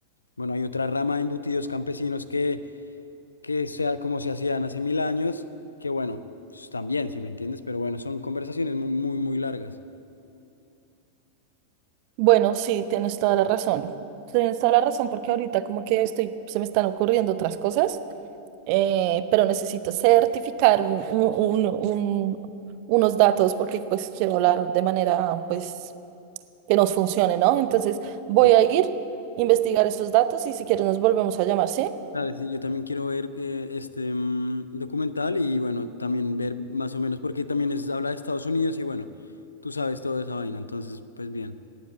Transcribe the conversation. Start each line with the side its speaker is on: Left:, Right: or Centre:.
Left: bueno, hay otra rama de embutidos campesinos que, que sea como se hacían hace mil años, que bueno, pues, también, si me entiendes, pero bueno, son conversaciones mu- muy, muy, largas.
Right: Bueno, sí, tienes toda la razón. Tienes toda la razón porque ahorita como que estoy, se me están ocurriendo otras cosas, eh, pero necesito certificar un- un- un- un- unos datos porque pues quiero hablar de manera pues que nos funcione, ¿no? Entonces voy
Left: Sí,
Right: a ir, investigar esos datos y si quieres nos volvemos a llamar, ¿sí?
Left: Dale, sí, yo también quiero ver eh, este mm, documental y bueno, también ver más o menos, porque también es, habla de Estados Unidos y bueno, tú sabes toda esa vaina, entonces, pues bien,